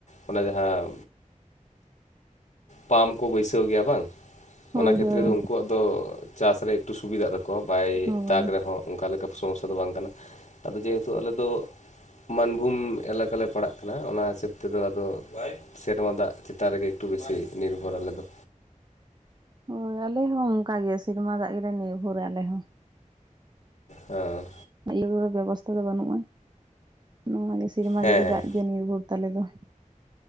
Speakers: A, on the left (about 60°); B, on the right (about 30°).
A: ᱚᱱᱟ ᱡᱟᱦᱟᱸᱼᱼ ᱯᱟᱢ ᱠᱚ ᱵᱟᱹᱭᱥᱟᱹᱣ ᱜᱮᱭᱟ ᱵᱟᱝ
B: ᱦᱳᱭ
A: ᱚᱱᱟ ᱠᱷᱮᱛᱨᱮ
B: ᱦᱳᱭ
A: ᱫᱚ ᱩᱱᱠᱩ ᱣᱟᱜ ᱫᱚ ᱪᱟᱥ ᱨᱮ ᱮᱠᱴᱩ ᱥᱩᱵᱤᱫᱟᱜ ᱛᱟᱠᱼᱼ ᱠᱚᱣᱟ‌ ᱵᱟᱭ
B: ᱦᱳᱭ
A: ᱫᱟᱜᱽ ᱨᱮᱦᱚᱸ ᱚᱱᱠᱟ ᱞᱮᱠᱟ ᱥᱚᱢᱚᱥᱥᱟ ᱫᱚ ᱵᱟᱝ ᱠᱟᱱᱟ ᱟᱫᱚ ᱡᱮ‌ ᱦᱮᱛᱩ ᱟᱞᱮ ᱫᱚᱼᱼ ᱢᱟᱱᱵᱷᱩᱢ ᱮᱞᱟᱠᱟ ᱞᱮ ᱯᱟᱲᱟᱜ ᱠᱟᱱᱟ ᱚᱱᱟ ᱦᱤᱥᱟᱹᱵᱽ ᱛᱮᱫᱚ ᱟᱫᱚᱼᱼ ᱥᱮᱨᱢᱟ ᱫᱟᱜ ᱪᱮᱛᱟᱱ ᱨᱮᱜᱮ ᱮᱠᱴᱩ ᱵᱮᱥᱤ ᱱᱤᱨᱵᱷᱚᱨ ᱟᱞᱮ ᱫᱚ᱾
B: ᱦᱳᱭ ᱟᱞᱮ ᱦᱚᱸ ᱚᱱᱠᱟ ᱜᱮ ᱥᱮᱨᱢᱟ ᱫᱟᱜ ᱜᱮᱞᱮ ᱱᱤᱨᱵᱷᱚᱨᱟ ᱟᱞᱮ ᱦᱚᱸ᱾
A: ᱦᱮᱸ᱾
B: ᱤᱭᱟᱹ ᱠᱚᱫᱚ ᱵᱮᱵᱚᱥᱛᱷᱟ ᱫᱚ ᱵᱟᱹᱱᱩᱜᱼᱟ ᱱᱚᱣᱟ ᱜᱮ ᱥᱮᱨᱢᱟ
A: ᱦᱮᱸ
B: ᱡᱟᱹᱲᱤ
A: ᱦᱮᱸ
B: ᱫᱟᱜ ᱜᱮ᱾ ᱜᱮ ᱱᱤᱨᱵᱷᱚᱨ ᱛᱟᱞᱮ ᱫᱚ᱾